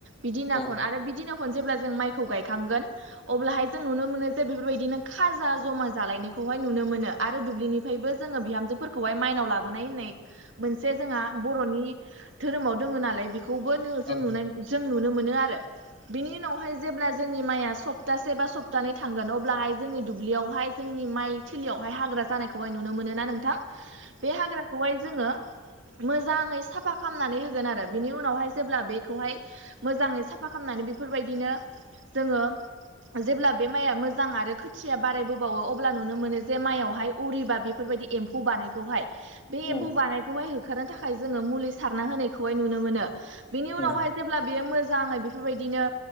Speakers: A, on the right; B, on the left.
A: बिदिनाखौन
B: औ
A: आरो बिदिना खनजेब्ला जों माइखौ गायखांगोन। अब्लाहाय जों नुनो मोनो जे बेफोरबायदिनो खाजा जमा जालायनायखौहाय नुनो मोनो आरो दुब्लिनिफ्रायबो जोङो बिहामजोफोर खौहाय माइनाव लाबोनाय होननाय मोनसे जोंहा बर'नि धोरोमाव दोङ नालाय बेखौबो जों
B: औ
A: नुनाय जों नुनो मोनो आरो बिनि उनावहाय जेब्ला जोंनि माइया सप्तासे बा सप्तानै थांगोन अब्लाहाय जोंनि दुब्लियावहाय। जोंनि माइ थिलियावहाय हाग्रा जानायखौहाय नुनो मोनो ना नोंथां? बे हाग्राखौहाय जोङो मोजाङै साफा खालामनानै होगोन आरो बिनि उनावहाय जेब्ला बेखौहाय। मोजाङै साफा खालामनानै बेफोरबायदिनो जोङो जेब्ला बे माइआ मोजां आरो खोथिया बारायबोबावो अब्ला नुनो मोनो जे माइयावहाय उरिबा बेफोरबायदि एम् एम्फौ बानायखौहाय बे
B: औ
A: एम्फौ बानायखौहाय होखारनो थाखाय जोङो मुलि सारना होनायखौहाय नुनो मोनो। बिनि
B: औ
A: उनावहाय जेब्ला बेयो मोजाङै बेफोरबायदिनो